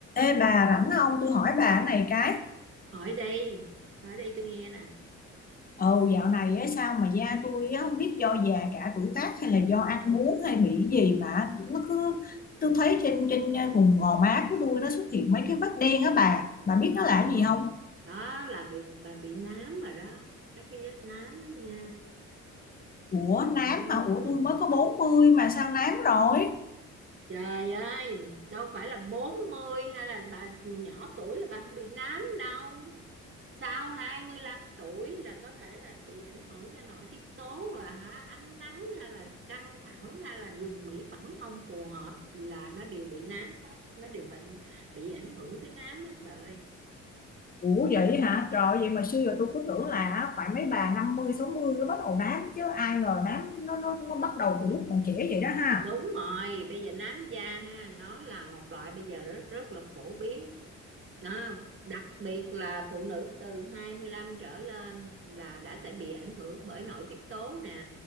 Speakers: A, on the left; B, on the right.
A: Ê bà rảnh không? Tôi hỏi bà cái này cái.
B: hỏi đi hỏi đi tôi nghe nè
A: Ồ dạo này á, sao mà da tôi á, không biết do già cả tuổi tác hay là do ăn uống hay bị cái gì mà nó cứ tôi thấy trên trên ờ, vùng gò má của tôi nó xuất hiện mấy cái vết đen á bà. Bà biết nó là
B: ừ.
A: cái gì không?
B: đó là bị bà bị nám rồi đó mấy cái vết nám đó nha
A: Ủa
B: ừ.
A: nám hả? Ủa tôi mới có 40 mà sao nám rồi?
B: trời ơi đâu phải là 40 hay là bà nhỏ tuổi là bà không bị nám đâu sau 25 tuổi là có thể là bị ảnh hưởng do nội tiết tố là hả ánh nắng hay là căng thẳng hay là dùng mỹ phẩm không phù hợp là nó đều bị nám hết nó đều bệnh bị ảnh hưởng tới nám hết bà ơi
A: Ủa vậy hả? Trời vậy mà xưa giờ tôi cứ tưởng là phải mấy bà năm mươi sáu mươi nó bắt đầu nám chứ ai ngờ nám nó nó nó bắt đầu từ lúc còn trẻ vậy đó ha.
B: đúng rồi bây giờ nám da ha nó là một loại bây giờ rất rất là phổ biến đó. đặc biệt là phụ nữ từ 25 trở lên là đã sẽ bị ảnh hưởng bởi nội tiết tố nè